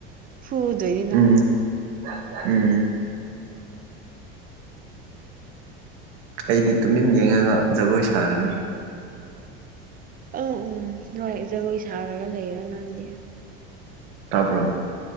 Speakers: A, on the right; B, on the right.
A: ꯐꯨꯗꯣꯏꯅꯤ ꯅꯪ
B: ꯎꯝ ꯎꯝ ꯑꯩꯗꯤ ꯇꯨꯃꯤꯟ ꯌꯦꯡꯉꯒ ꯖꯒꯣꯏ ꯁꯥꯔꯅꯤ
A: ꯑꯝ ꯎꯝ ꯍꯣꯏ ꯖꯒꯣꯏ ꯁꯥꯔꯒ ꯂꯩꯔꯣ ꯅꯪꯗꯤ
B: ꯇꯥꯕ꯭ꯔꯣ